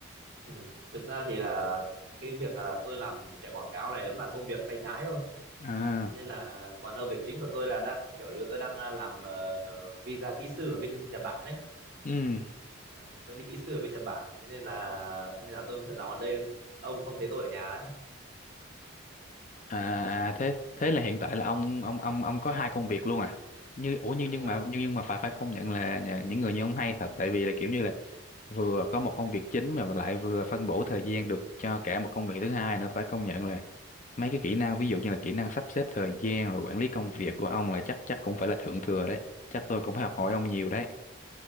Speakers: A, on the right; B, on the left.
A: Ừ. thực ra thì là cái việc là tôi làm chạy quảng cáo này cũng là công việc tay trái thôi
B: à
A: nên là còn đâu việc chính của tôi là đang kiểu như tôi đang à, làm ờ, visa kỹ sư ở bên Nhật Bản đấy
B: ừ
A: Ờ, tôi đi kỹ sư ở bên Nhật Bản thế nên là thế nên là tôi thật dạo ở đây ông không thấy tôi ở nhà đấy
B: à à, thế thế là hiện tại là ông ông ông ông có hai công việc luôn à như ủa nhưng
A: đúng
B: nhưng
A: rồi
B: mà nhưng nhưng mà phải phải công nhận là nhà- những người như ông hay thật tại vì là kiểu như là vừa có một công việc chính mà lại vừa phân bổ thời gian được cho cả một công việc thứ hai nữa phải công nhận là mấy cái kỹ năng ví dụ như là kỹ năng sắp xếp thời gian rồi quản lý công việc của ông là chắc chắc cũng phải là thượng thừa đấy chắc tôi cũng phải học hỏi ông nhiều đấy